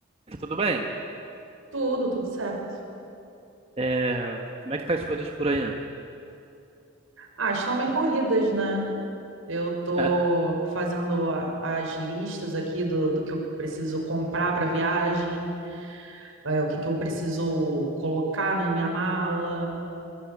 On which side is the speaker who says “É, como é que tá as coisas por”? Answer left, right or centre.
Right